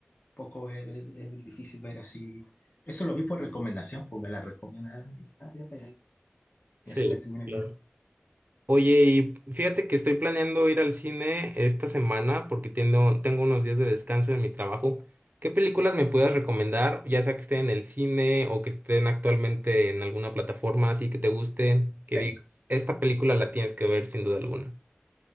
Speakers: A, on the left; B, on the right.
A: Poco es, es difícil ver así. Eso lo vi por recomendación, pues me la recomendaron y ah, ya, pues, ahí.
B: Sí,
A: y así la terminé
B: claro.
A: viendo.
B: Oye, y fíjate que estoy planeando ir al cine esta semana porque tengo, tengo unos días de descanso en mi trabajo. ¿Qué películas me puedas recomendar? Ya sea que estén en el cine o que estén actualmente en alguna plataforma así que te gusten, que
A: Ahí-
B: digas, esta película la tienes que ver sin duda alguna.